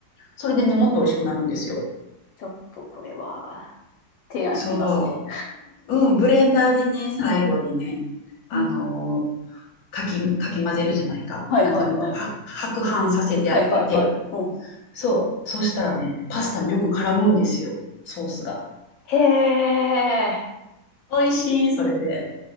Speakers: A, on the left; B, on the left.
A: それでね、もっと美味しくなるんですよ。
B: ちょっとこれは提案してみますね。
A: そう。うん、ブレンダーでね、最後にね、
B: うん。
A: あの
B: うん。
A: かき、かき混ぜるじゃないか。
B: はいはいはい。
A: なんか、は、白飯させてあげて。
B: はいはいはい。うん。
A: そう。そしたらね、
B: うん
A: パスタによく絡むんですよ。ソースが。
B: へえ、
A: 美味しい、それで。